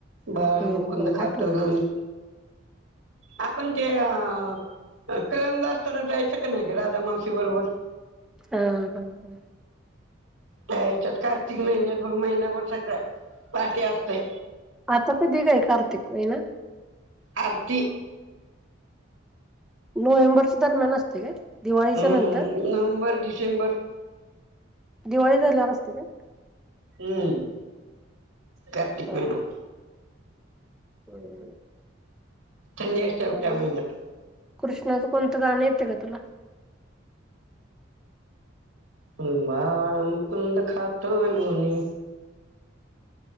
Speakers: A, on the right; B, in the centre.
A: बाळ
B: हम्म
A: मुकुंद खातो
B: आठवत
A: लोणी. आपण ते अं अ करम असताना जायचं का नाई ग राधा मावशी बरोबर.
B: हां हां हां.
A: त्या ह्यच्यात कार्तिक महिन्यात पण महिनाभर सकाळ पाठे असतय.
B: आता कधी ग हाय कार्तीक महिना?
A: आर्ती.
B: नोव्हेंबरच्या दरम्यानं आसतय काय दिवाळीच्या
A: हम्म
B: नंतर.
A: नोव्हेंबर डिसेंबर
B: दिवाळी झाल्यावर असतय काय?
A: हम्म. कार्तिक
B: हा
A: महिना.
B: <inaudible>
A: थंडी असत्या बघ त्या
B: आणि
A: महिन्यात.
B: कृष्णाचं कोणतं गाणं येतं का तुला?
A: <unintelligible> कुंद खातोय लोणी.